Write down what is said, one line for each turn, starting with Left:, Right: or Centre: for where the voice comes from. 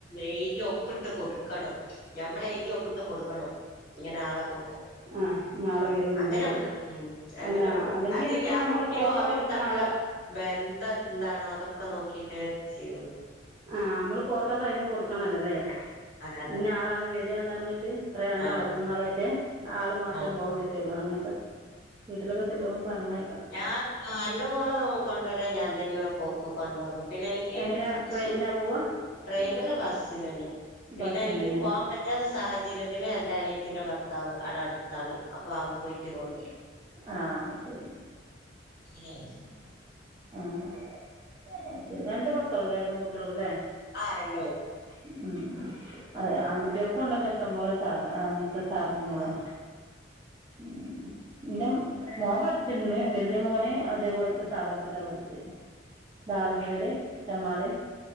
Left: എഴുതി ഒപ്പിട്ട് കൊട് ക്കാടും, ഞമ്മളെഴുതി ഒപ്പ്ട്ട് കൊടുക്കണം ഇങ്ങനെ ആളെ കൂടെ
Right: ആ നാൾ
Left: ആഹ്
Right: വരുന്നല്ലേ
Left: അങ്ങനെ വിടും ഹ്മ്മ് അങ്ങനെ
Right: അല്ല
Left: വിടും
Right: അല്ലെങ്കിൽ
Left: അത്
Right: പിന്നെ
Left: ഇയാൾക്കും
Right: നമ്മൾ
Left: കുട്ടോയോ
Right: ഫോട്ടോ
Left: അവര്
Right: കൊടുക്കണ
Left: തമ്മില്ള്ള
Right: ആളെ
Left: ബന്ധം എന്താണോ അതൊക്കെ നോക്കിട്ടേ ചെയ്യൊള്ളൂ.
Right: ആഹ് നമ്മള് ഫോട്ടോ സഹിതം കൊടുക്കണം അല്ലല്ലേ
Left: അതെ അതെ
Right: ഇഞ്ഞ ആളാണ് വെരാന്നറഞ്ഞിട്ട് എത്രെ രണ്ടാളോ
Left: ആ
Right: മൂന്നാളോ
Left: ആ
Right: എറ്റെ ആള് മാത്രെ
Left: ആ
Right: പോകാൻ പറ്റൊള്ളൂ അങ്ങനെയൊക്കെ വീട്ടിലൊക്കെ ചെല്ലുമ്പം പറഞ്ഞേക്ക
Left: ഞാൻ ആഹ് എന്റെ മോളെ കൊണ്ടരാൻ ഞാൻ തന്നെ പോക്ക് കൊണ്ടോകും പിന്നെ എനി ക്ക്
Right: എങ്ങനെയാണ് ട്രെയിനിനാണോ
Left: സ്
Right: പോവുക
Left: ട്രെയിനല്ല ബസിനന്നെ, പിന്നെ
Right: ബസ്സിന്
Left: എനിക്ക്
Right: തന്നെയാണ്
Left: പോകൻ പ റ്റാത്ത സാഹചര്യത്തില് എൻ്റെ അനിയത്തിൻ്റെ ഭർത്താവ് ആടെ അട്ത്താണ് അപ്പം അവൻ പോയിട്ട് കൊണ്ടരും
Right: ആഹ് ശെരി.
Left: <unintelligible>
Right: ആഹ് അത് ശെരി. രണ്ട് മക്കള്ലെ പെൺകുട്ട്യേള്ലെ
Left: ആഹ് രണ്ട് മക്കൾ.
Right: ഹ്മ്മ് അതെ ആൺകുട്ട്യേൾക്കും ഇണ്ടല്ലോ ഇഷ്ടംപോലെ സാധ ആഹ് അങ്ങൻ ത്തെ സ്ഥാപനങ്ങള്.
Left: ഓ ആഹ്
Right: ഹ്മ്മ് ഇന്റെ മോൻ പഠിച്ച്ണ് വല്യ മോന് അതേപോൽത്തെ സ്ഥാപൻ ത്തിലാ പഠിച്ചേ ദാറുൽ ഹുതേല് ചെമ്മാട്